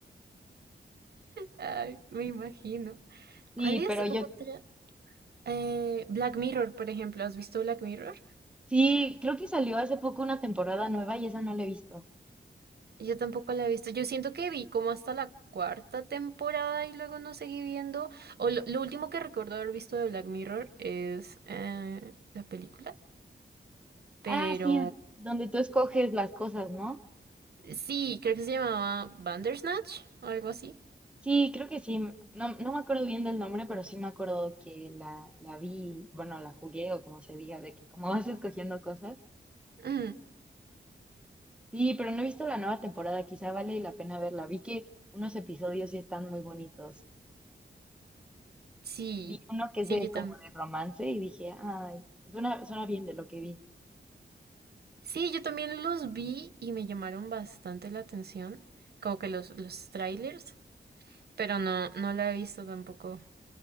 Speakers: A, on the right; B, in the centre.
A: Ay, me imagino.
B: Sí,
A: ¿Cuál es
B: pero yo
A: otra? Eh, Black Mirror, por ejemplo. ¿Has visto Black Mirror?
B: sí, creo que salió hace poco una temporada nueva y esa no la he visto.
A: Yo tampoco la he visto. Yo siento que vi como hasta la cuarta temporada y luego no seguí viendo. O lo, lo último que recuerdo haber visto de Black Mirror es eh, la película. Pero
B: Ah, sí, donde tú escoges las cosas, ¿no?
A: sí, creo que se llamaba Bandersnatch o algo así.
B: Sí, creo que sí. No, no me acuerdo bien del nombre, pero sí me acuerdo que la, la vi, bueno, la jugué o como se diga, de que como <laughs> vas escogiendo cosas.
A: Mm,
B: Sí, pero no he visto la nueva temporada, quizá vale la pena verla. Vi que unos episodios sí están muy bonitos.
A: sí,
B: Vi uno que
A: sí,
B: es de
A: yo también.
B: como de romance y dije, ay, suena, suena bien de lo que vi.
A: Sí, yo también los vi y me llamaron bastante la atención, como que los, los trailers, pero no, no la he visto tampoco.